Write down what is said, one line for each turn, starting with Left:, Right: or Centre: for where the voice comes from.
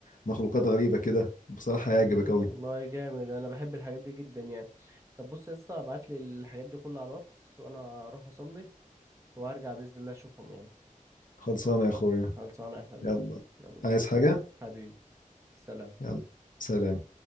Left: مخلوقات غريبة كده بصراحة
Right: أيوة
Left: هيعجبك أوي
Right: والله جامد أنا بحب الحاجات دي جدا يعني طب بص يا اسطى ابعت لي الحاجات دي كلها على الواتس وأنا هروح أصلي وهرجع بإذن الله أشوفهم يعني
Left: خلصانة يا أخويا
Right: خلصانة يا حبيبي
Left: يلا
Right: يلا
Left: عايز حاجة
Right: حبيبي سلام
Left: يلا سلام